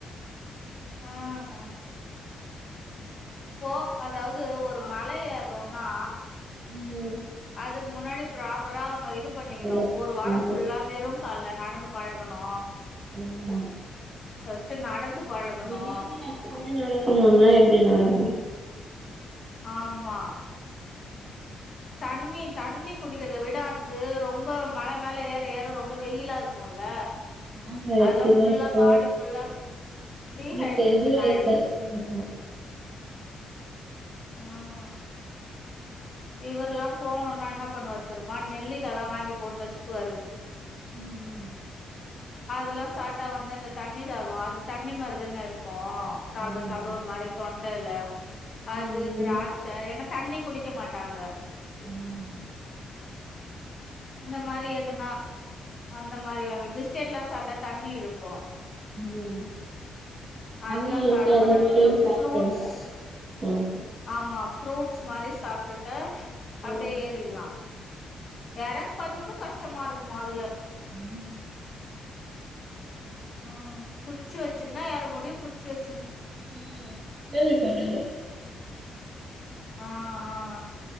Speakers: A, on the left (about 30°); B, on the right (about 30°).
A: ஆஹ் போ அதாவது ஒரு மல ஏற்றோன்னா
B: உம்
A: அதுக்கு முன்னாடி ப்ராப்பரா அவுங்க இது பண்ணிக்கணு
B: அது-
A: ஒரு வாரம்
B: அது-
A: ஃபுல்லா வெறும் கால்ல நடந்து பழகணு
B: ஆமா
A: ஃபஸ்ட்டு நடந்து பழகணு
B: திடீர்னு எடுத்தோனே நடக்கணுனா எப்டி நடக்க முடியு
A: ஆமா தண்ணி தண்ணி குடிக்கிறத விட அந்து ரொம்ப மல மேல ஏற ஏற ரொம்ப வெயிலா இருக்கு க்குல
B: நாங்க
A: அதல்லா
B: எடுத்துனே
A: ஃபுல்லா
B: இருக்கோ
A: பாடி ஃபுல்லா டீஹைட்ரேஷன்
B: இப்ப இது எடுத்த
A: ஆயிடுது
B: ஆமா
A: ஆஹ் இவர்லா போணுனா என்ன பண்ணுவாரு தெர்மா நெல்லிக்கால்லா வாங்கி போட்டு வச்சிக்குவாரு
B: உம்
A: அதுலா சாட்டா வந்து அந்த தண்ணி தாகோ அது தண்ணி மாறிதான இருக் க்கும் சாப்பட
B: ஆமா
A: சாப்பட ஒரு மாரி தொண் ண்டைல அது
B: ம்
A: திராச்ச ஏன்னா தண்ணி குடிக்க மாட்டாங்க
B: ஆமாமா
A: இந்த மாரி எதுன்னா அந்த மாரி வாங்கி பிஸ் பிஸ்கட்லாம் சாப்ட்டா தண்ணி இழுக்கும்
B: ம் தண்ணி
A: அதெல்லா
B: இழுக்காத
A: சாப்ட மாட்டாங்க
B: மாரி
A: வெறு
B: சாப்படு
A: ஃப்ரூட்ஸ்
B: சாப் ம்
A: ஆமா ஃப்ரூட்ஸ் மாரி சாப்பிட்டுட்டு அப்டியே
B: ம்
A: ஏறில்லா யறங்க பாத்து கூட கஷ்டமா இருக்குமா அதுல
B: ஆம்
A: உம் குச்சி வச்சிருந்தா ஏற முடியும் குச்சி வச்சு
B: <unintelligible>
A: ஆஹ் ஆஹ்